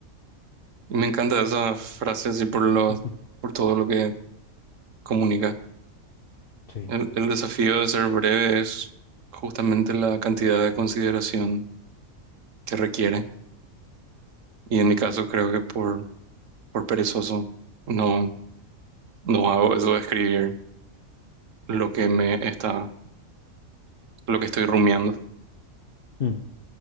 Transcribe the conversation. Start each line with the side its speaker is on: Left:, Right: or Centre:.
Right: Y me encanta esa frase así por lo,
Left: <laughs>
Right: por todo lo que comunica.
Left: Sí.
Right: El, el desafío de ser breve es justamente la cantidad de consideración que requiere. Y en mi caso creo que por, por perezoso no, no hago eso de escribir lo que me está, lo que estoy rumiando.
Left: Mm.